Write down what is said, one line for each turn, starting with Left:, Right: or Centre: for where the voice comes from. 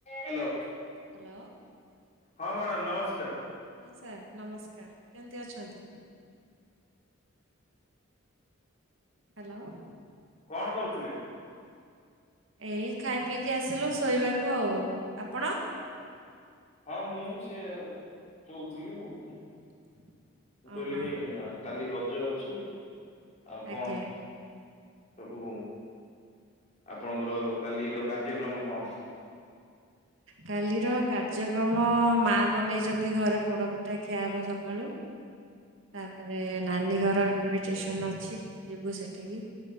Left: Hello
Right: hello
Left: ହଁ madam ନମସ୍କାର।
Right: ହଁ ସାର୍ ନମସ୍କାର କେମିତି ଅଛନ୍ତି? ହ୍ୟାଲୋ।
Left: କଣ କରୁଥିଲେ?
Right: ଏଇ ଖାଇ ପିଇକି ଆସିଲୁ ଶୋଇବାକୁ ଆଉ ଆପଣ?
Left: ଆା ହଁ ମୁଁ ବି ସେୟା ସୋଉଥିଲି ଆଉ।
Right: <inaudible>
Left: ମୁଁ କହିଲିି
Right: ଓହୋ
Left: କାଲି ରଜ ଅଛି ଆଉ କଣ?
Right: ଆଜ୍ଞା
Left: ସବୁ ଆପଣଙ୍କର କାଲିର କାର୍ଯ୍ୟକ୍ରମ କଣ ସବୁ।
Right: କାଲିର କାର୍ଯ୍ୟକ୍ରମ ମା ବନେଇଛନ୍ତି ଘରେ ପୋଡପିଠା ଖିଆ ହବ ସକାଳୁ।
Left: <inaudible>
Right: ତାପରେ ନାନୀ ଘର ଇନଭିଟେସନ ଅଛି ଯିବୁ ସେଠିକି।